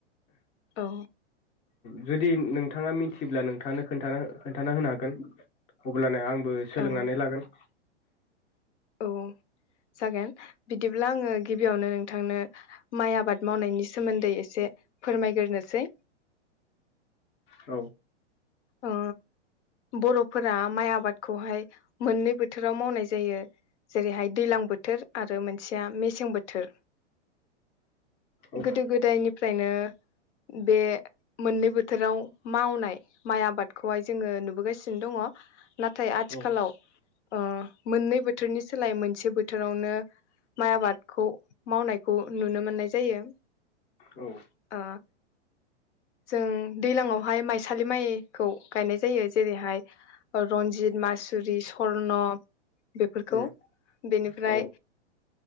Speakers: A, on the left; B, on the left.
A: औ
B: जुदि नोंथाङा मिथिब्ला नोंथाङानो खोनथा खोनथाना होनो हागोन अब्लाना आं बो सोलोंनानै
A: ओं
B: लागोन।
A: औ जागोन बिदिब्ला आङो गिबियावनो नोंथांनो माइ आबाद मावनायनि सोमोनदै एसे फोरमायग्रोसै
B: औ
A: ओ बर'फोरा माइ आबादखौहाय मोननै बोथोराव मावनाय जायो जेरैहाय दैलां बोथोर आरो मोनसेया मेसें बोथोर
B: औ
A: गोदो गोदायनिफ्रायनो बे मोननै बो थोराव मावनाय माइ आबादखौहाय जोङो नुबोगासिनो दङ। नाथाय आथिखालाव।
B: औ
A: ओ मोननै बोथोरनि सोलाय मोनसे बोथोरावनो माइ आबादखौ मावनायखौ नुनो मोननाय जायो।
B: औ
A: ओ जों दैलांवहाय माइसालि माइखौ गायनाय जायो जेरैहाय रनजित मास जुरि सर्न बेफोरखौ
B: उम
A: बेनिफ्राय
B: औ